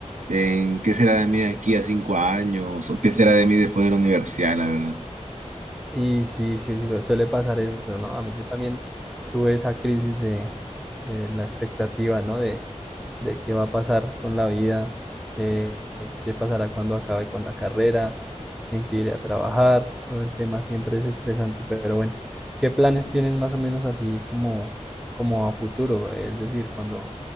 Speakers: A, on the right (about 85°); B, in the centre.
A: en qué será de mí de aquí a cinco años o qué será de mí después de la universidad, la verdad.
B: Y sí, sí, sí, pues, suele pasar eso, ¿no? A mí yo también tuve esa crisis de, de la expectativa, ¿no? De, de qué va a pasar con la vida, qué, qué pasará cuando acabe con la carrera, en qué iré a trabajar, todo el tema siempre es estresante, pero bueno, ¿qué planes tienes más o menos así como, como a futuro? Es decir, cuando